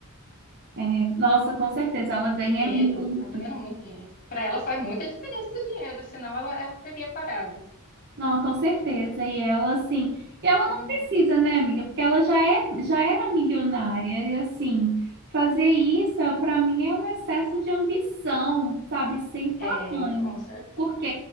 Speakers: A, on the right; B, on the left.
A: É, nossa, com certeza, ela ganha
B: Dinheiro,
A: muito.
B: ela tá ganhando muito dinheiro. Pra ela faz muita diferença esse dinheiro, senão ela, ela teria parado.
A: Não, com certeza. E ela, assim, e ela
B: Uhum.
A: não precisa, né, amiga? Porque ela já é, já era milionária. E, assim, fazer isso, para mim, é um excesso de ambição, sabe? Sem tamanho.
B: É, com certeza.
A: Porque